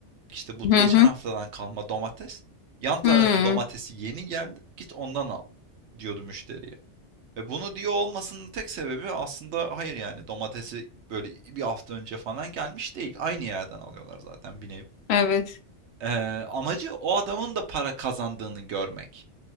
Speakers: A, on the right; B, on the left.
A: İşte bu geçen
B: Hı
A: haftadan
B: hı.
A: kalma domates. Yan tarafın
B: Hı.
A: domatesi yeni geldi. Git ondan al diyordu müşteriye. Ve bunu diyor olmasının tek sebebi aslında hayır yani domatesi böyle bir hafta önce falan gelmiş değil. Aynı yerden alıyorlar zaten bir nevi.
B: Evet.
A: Eee, amacı o adamın da para kazandığını görmek.